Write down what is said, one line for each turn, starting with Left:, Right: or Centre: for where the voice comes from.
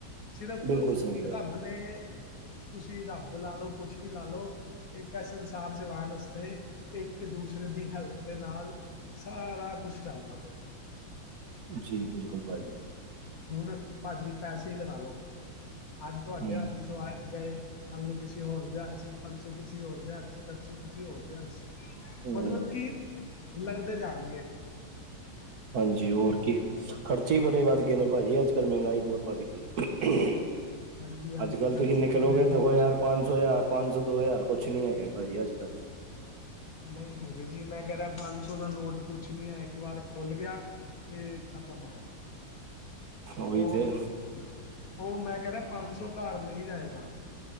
Left: ਸਿਰਫ਼
Right: ਬਿਲਕੁਲ ਸਹੀ ਗੱਲ
Left: ਰੱਬ ਨੇ ਤੁਸੀਂ ਰੱਬ ਲਾ ਲਓ ਕੁਛ ਵੀ ਲਾ ਲਓ। ਇੱਕ ਇਸ ਸੰਸਾਰ ਚਲਾਣ ਆਸਤੇ ਇੱਕ ਦੂਸਰੇ ਦੀ ਹੈਲਪ ਦੇ ਨਾਲ ਸਾਰਾ ਕੁਛ ਚਲਦਾ ਪਿਆ।
Right: ਜੀ ਬਿਲਕੁਲ ਭਾਜੀ।
Left: ਹੁਣ ਭਾਜੀ ਪੈਸੇ ਲਗਾ ਲੋ ਅੱਜ ਤੁਹਾਡੇ
Right: ਹਮ
Left: ਹੱਥ ਚੋਂ ਆ ਗਏ। ਕੱਲ ਨੂੰ ਕਿਸੀੇ ਹੋਰਦੇ ਹੱਥ ਸ ਪਰਸੋ ਕਿਸੀੇ ਹੋਰਦੇ ਹੱਥ ਚਾਰ ਸੌ ਕਿਸੀੇ ਹੋਰਦੇ ਹੱਥ ਸ
Right: ਹਮ
Left: ਮਤਲਬ ਕਿ ਲੰਘਦੇ ਜਾਣਗੇ।
Right: ਹਾਂਜੀ ਹੋਰ ਖਰਚੇ ਹੀ ਬੜੇ ਵੱਧ
Left: ਹਾਂਜੀ
Right: ਗਏ ਨੇ ਭਾਜੀ ਅੱਜ ਕੱਲ੍ਹ ਮਹਿੰਗਾਈ ਬਹੁਤ ਵੱਧ ਗਈ। <inaudible>
Left: ਹਾਂਜੀ ਹਾਂਜੀ
Right: ਅੱਜ ਕੱਲ
Left: ਖਰਚੇ
Right: ਤੁਸੀਂ ਨਿਕਲੋਗੇ
Left: ਤਾਂ ਹੈਗੇ
Right: ਦੇਖੋ
Left: ਨੇ
Right: ਯਾਰ
Left: ਜੀ।
Right: ਪੰਜ ਸੌ ਹਜ਼ਾਰ ਪੰਜ ਸੌ ਦੋ ਹਜ਼ਾਰ ਕੁੱਛ ਨੀ ਹੈਗੇ ਭਾਜੀ ਅੱਜ ਕੱਲ
Left: ਨਹੀਂ ਹੈਗੇ ਜੀ ਮੈਂ ਕਹਿ ਰਿਹਾ ਪੰਜ ਸੌ ਦਾ ਨੋਟ ਕੁਛ ਨਹੀਂ ਹੈ ਇੱਕ ਵਾਰ ਖੁੱਲ੍ਹ ਗਿਆ। ਤੇ ਖਤਮ ਹੋ
Right: ਉਹੀ
Left: ਉਹ-
Right: ਤੇ
Left: ਉਹ ਉਹ ਮੈਂ ਕਹਿ ਰਿਹਾ ਪੰਜ ਸੌ ਘਰ ਨਹੀਂ ਜਾਏਗਾ।